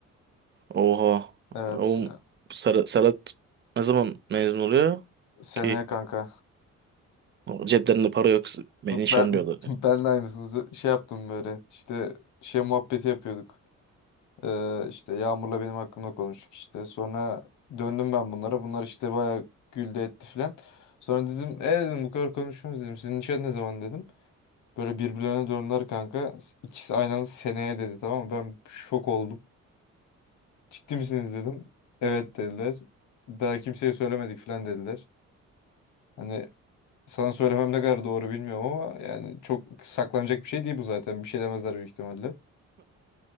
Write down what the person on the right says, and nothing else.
Oha.
Oğlum Ser Serhat ne zaman mezun oluyor
ki?
Ceplerinde para yok. Beni nişanlıyorlar.